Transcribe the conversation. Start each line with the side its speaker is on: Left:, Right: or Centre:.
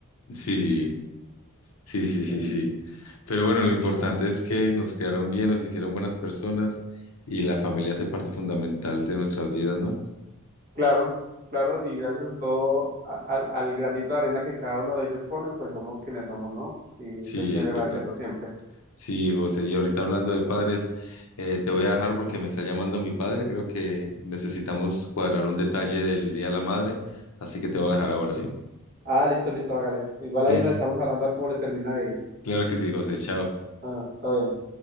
Left: Sí, sí, sí, sí,
Right: Sí,
Left: sí. Pero bueno, lo importante es que nos crearon bien, nos hicieron buenas personas y la familia hace parte fundamental de nuestras vidas, ¿no?
Right: claro, claro, y gracias a todo, a- al, al granito de arena que cada uno de ellos ponen, pues somos quienes somos, ¿no? Y
Left: Sí,
Right: eso hay que agradecerlo
Left: es verdad.
Right: siempre.
Left: Sí, José, y ahorita hablando de padres, eh, te voy a dejar porque me está llamando mi padre. Creo que necesitamos cuadrar un detalle del Día de la Madre, así que te voy a dejar ahora, ¿sí?
Right: Ah, listo, listo, hágale. Igual
Left: Listo.
Right: ahí nos estamos hablando a ver cómo le termina de ir.
Left: Claro que sí, José. Chao.
Right: Bueno, todo bien.